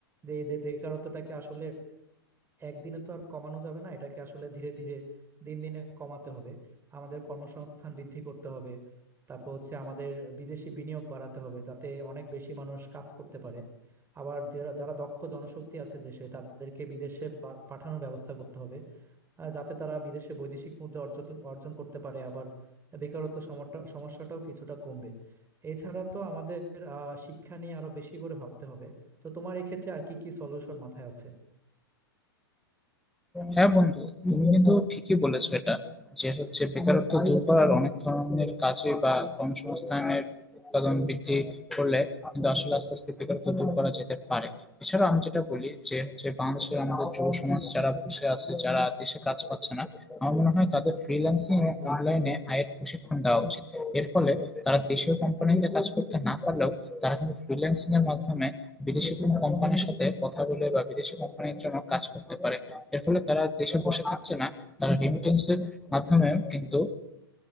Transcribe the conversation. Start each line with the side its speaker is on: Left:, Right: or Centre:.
Right: যে এদের বেকারত্বটাকে আসলে একদিনে তো আর কমানো যাবে না এটাকে আসলে ধীরে ধীরে দিন দিনে কমাতে হবে আমাদের কর্মসংস্থান বৃদ্ধি করতে হবে তারপর হচ্ছে আমাদের বিদেশি বিনিয়োগ বাড়াতে হবে যাতে অনেক বেশি মানুষ কাজ করতে পারে আবার যারা যারা দক্ষ জনশক্তি আছে দেশে তাদেরকে বিদেশে বা- পাঠানোর ব্যবস্থা করতে হবে আহ, যাতে তারা বিদেশে বৈদেশিক মুদ্রা অর্জন অর্জন করতে পারে আবার বেকারত্ব সমটা- সমস্যাটাও কিছুটা কমবে এছাড়া তো আমাদের আহ, শিক্ষা নিয়ে আরো বেশি করে ভাবতে হবে তো তোমার এক্ষেত্রে আর কি কি সলিউশন মাথায় আছে
Centre: হ্যাঁ বন্ধু তুমি কিন্তু ঠিকই বলেছো এটা যে হচ্ছে বেকারত্ব দূর করার অনেক ধরনের কাজে বা কর্মসংস্থানের উৎপাদন বৃদ্ধি করলে কিন্তু আসলে আস্তে আস্তে বেকারত্ব দূর করা যেতে পারে এছাড়া আমি যেটা বলি যে হচ্ছে বাংলাদেশের আমাদের যুব সমাজ যারা বসে আছে যারা দেশে কাজ পাচ্ছে না আমার মনে হয় তাদের ফ্রিল্যান্সিং এবং অনলাইনে আয়ের প্রশিক্ষণ দেওয়া উচিত এর ফলে তারা দেশীয় কোম্পানিতে কাজ করতে না পারলেও তারা কিন্তু ফ্রিল্যান্সিং এর মাধ্যমে বিদেশি কোনো কোম্পানির সাথে কথা বলে বা বিদেশি কোম্পানির জন্য কাজ করতে পারে এর ফলে তারা দেশে বসে থাকছে না তারা রেমিটেন্সের মাধ্যমেও কিন্তু